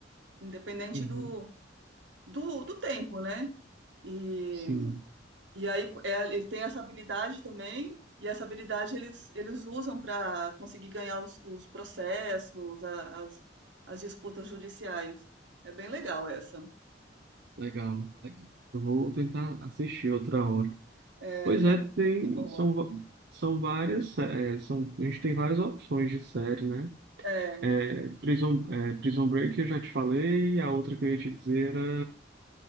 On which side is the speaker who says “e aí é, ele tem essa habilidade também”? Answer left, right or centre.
Right